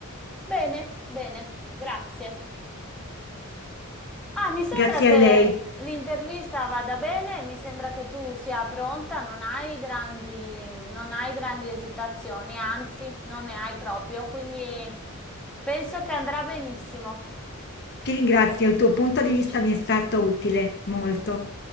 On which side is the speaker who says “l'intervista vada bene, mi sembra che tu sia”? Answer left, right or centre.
Centre